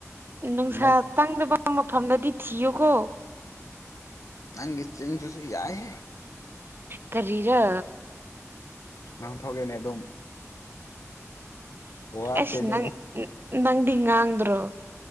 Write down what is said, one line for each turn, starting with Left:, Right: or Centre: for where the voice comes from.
Right: ꯅꯨꯡꯁꯥ
Left: ꯅꯪ
Right: ꯆꯪꯗꯕ ꯃꯐꯝꯗꯗꯤ ꯊꯤꯌꯨꯀꯣ
Left: ꯅꯪꯒꯦ ꯆꯤꯟꯁꯤ ꯌꯥꯢꯌꯦꯍꯦ
Right: ꯀꯔꯤꯔ
Left: ꯉꯥꯡꯊꯣꯛꯑꯦꯅꯦ ꯑꯗꯨꯝ ꯋꯥꯠꯇꯦꯅꯦ
Right: ꯑꯁ ꯅꯪ ꯅꯪꯗꯤ ꯉꯥꯡꯗ꯭ꯔꯣ